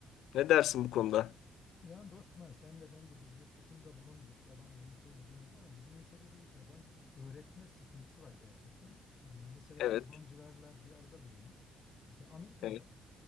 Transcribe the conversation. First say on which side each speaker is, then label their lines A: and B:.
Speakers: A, on the left; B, on the left.
A: Ne dersin bu konuda?
B: Ya dostum ha, sen de ben de biz yurt dışında bulunduk. Yabancı dil tecrübemiz var ama bizim ülkede bir yabancı dil öğretme sıkıntısı var gerçekten. Mesela yabancılarla
A: Evet,
B: bir arada bulunduk. Mesela Amerikalılar
A: evet.